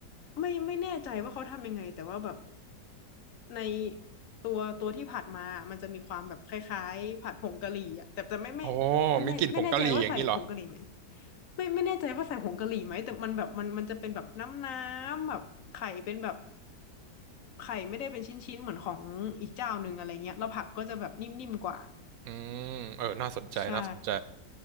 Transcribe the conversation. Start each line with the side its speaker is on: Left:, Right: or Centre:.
Left: ไม่ไม่แน่ใจว่าเขาทำยังไงแต่ว่าแบบในตัวตัวที่ผัดมามันจะมีความแบบคล้ายๆผัดผงกะหรี่อ่ะแต่แต่ไม่ไม่
Right: โอ้
Left: ไม่แน่ไม่แน่ใจว่าใส่ผงกะหรี่ไหม
Right: มีกลิ่นผงกะหรี่อย่างนี้เหรอ
Left: ไม่ไม่แน่ใจว่าใส่ผงกะหรี่ไหมแต่มันแบบมันมันจะเป็นแบบน้ำน้ำแบบไข่เป็นแบบไข่ไม่ได้เป็นชิ้นๆเหมือนของอีกเจ้าหนึ่งอะไรเงี้ยแล้วผักก็จะแบบนิ่มๆกว่า
Right: อืมเออน่าสนใจน่าสนใจ
Left: ใช่